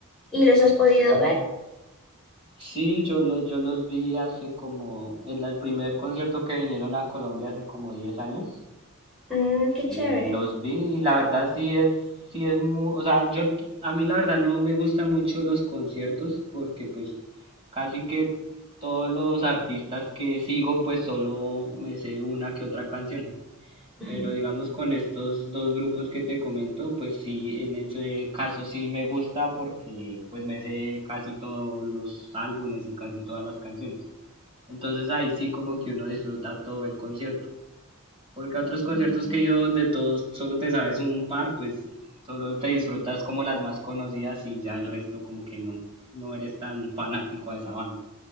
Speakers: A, in the centre; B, on the right (about 25°).
A: ¿Y los has podido
B: Y-
A: ver?
B: Sí, yo los yo los vi hace como en la- el primer concierto que vinieron a Colombia hace como 10 años.
A: Mm, qué
B: Y
A: chévere.
B: los vi y la verdad sí es, sí es muy, o sea, yo, a mí la verdad no me gustan mucho los conciertos porque pues casi que todos los artistas que sigo pues solo me sé una que otra canción.
A: <laughs>
B: Pero digamos con estos dos grupos que te comento, pues sí, en ese caso sí me gusta porque pues me sé casi todos los álbumes y casi todas las canciones. Entonces ahí sí como que uno disfruta todo el concierto. Porque a otros conciertos
A: Ujú.
B: que he ido donde todos solo te sabes un par, pues solo te disfrutas como las más conocidas y ya el resto como que no, no eres tan fanático a esa banda.